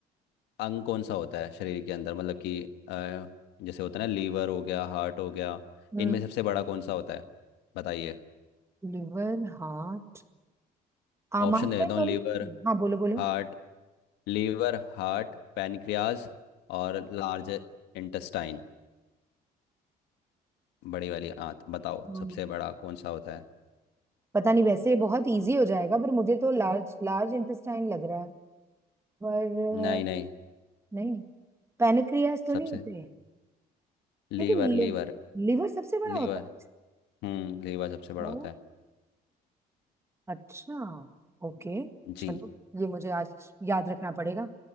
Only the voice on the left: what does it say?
अंग कौन सा होता है शरीर के अंदर मतलब कि अ, जैसे होता है ना लीवर हो गया हार्ट हो गया
इनमें सबसे बड़ा कौन सा होता है बताइए
ऑप्शन दे देता हूँ
लीवर
हार्ट लीवर हार्ट पैनक्रियाज और लार्ज इंटेस्टाइन बड़ी वाली आंत बताओ
सबसे बड़ा कौन सा होता है
नहीं
नहीं
सबसे
लीवर
लीवर
लीवर
हम्म लीवर सबसे बड़ा
होता है
जी